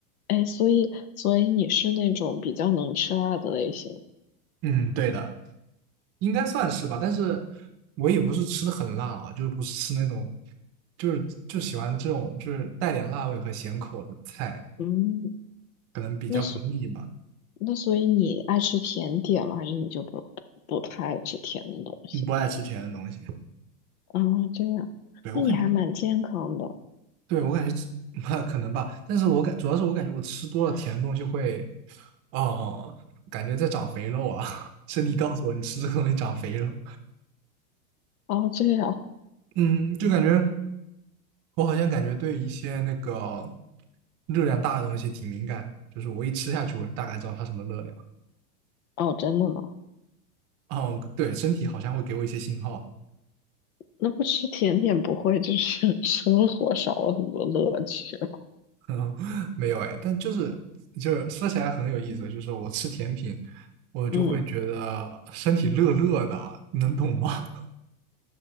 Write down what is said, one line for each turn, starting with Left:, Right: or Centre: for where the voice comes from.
Left: 哎，所以所以你是那种比较能吃辣的类型，
Right: 嗯，对的，应该算是吧。但是我也不是吃的很辣啊，就是不是吃那种，就是就喜欢这种就是带点辣味和咸口的菜，
Left: 嗯，
Right: 可能比较不腻吧，
Left: 那所那所以你爱吃甜点吗？还是你就不不太爱吃甜的东西？
Right: 嗯不爱吃甜的东西。
Left: 哦，这样，
Right: 对，
Left: 那你还蛮健康的。
Right: 我感觉。对，我感觉吃 <laughs> 可能吧，但是我感主要是我感觉我吃多了甜的东西会，哦、感觉在长肥肉啊，<laughs> 身体告诉我你吃这个东西长肥肉，
Left: 哦，这样，
Right: 嗯，就感觉我好像感觉对一些那个热量大的东西挺敏感的，就是我一吃下去，我就大概知道它什么热量。
Left: 哦，真的吗？
Right: 哦，对，身体好像会给我一些信号，
Left: 那不吃甜点不会就是 <laughs> 生活少了很多乐趣吗
Right: <laughs> 没有哎，但就是就是说起来很有意思，就是我吃甜品，我就会觉得身体热热的啊，
Left: 嗯，
Right: 能懂吗？